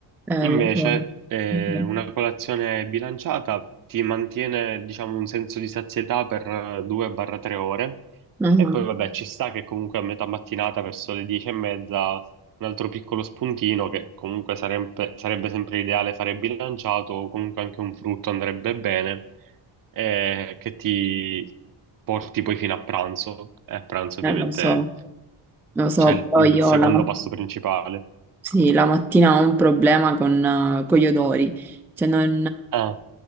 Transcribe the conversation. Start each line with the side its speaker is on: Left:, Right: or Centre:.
Centre: eh,
Right: Invece,
Centre: lo so.
Right: eh,
Centre: Mhm.
Right: una colazione bilanciata ti mantiene, diciamo, un senso di sazietà per 2-3 ore
Centre: Mhm.
Right: e poi vabbè, ci sta che comunque a metà mattinata, verso le dieci e mezza, un altro piccolo spuntino che comunque sarebbe, sarebbe sempre ideale fare bilanciato, o comunque anche un frutto andrebbe bene, eh, che ti porti poi fino a pranzo. E a pranzo
Centre: Eh,
Right: ovviamente
Centre: lo so, lo so.
Right: c'è il,
Centre: Poi
Right: il
Centre: io
Right: secondo
Centre: la, ma-
Right: pasto principale.
Centre: sì, la mattina ho un problema con, eh, con gli odori. Cioè non,
Right: Ah,